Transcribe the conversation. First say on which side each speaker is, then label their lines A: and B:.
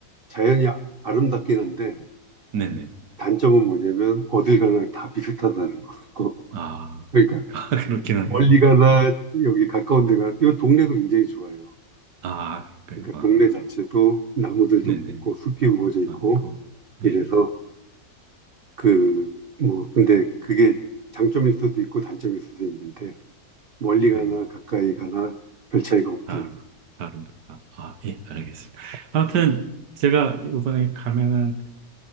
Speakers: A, on the right; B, on the right.
A: 자연이 아름답긴 한데
B: 네네.
A: 단점은 뭐냐면 어딜 가나 다 비슷하다는 거. <laughs>
B: 아,
A: 그러니까
B: <laughs> 아, 그렇긴
A: 멀리
B: 하겠네요.
A: 가나 여기 가까운 데 가나 이 동네도 굉장히 좋아요.
B: 아, 그럴까요?
A: 그러니까 동네
B: 아,
A: 자체도 나무들도
B: 네네.
A: 많고 숲이 우거져 있고
B: 많고,
A: 이래서
B: 예,
A: 그 뭐 근데 그게 장점일 수도 있고 단점일 수도 있는데 멀리 가나
B: 예,
A: 가까이 가나 별 차이가 없다는
B: 다,
A: 거.
B: 다릅니다. 아, 예, 알겠습니다. 아무튼, 제가 이번에 가면은,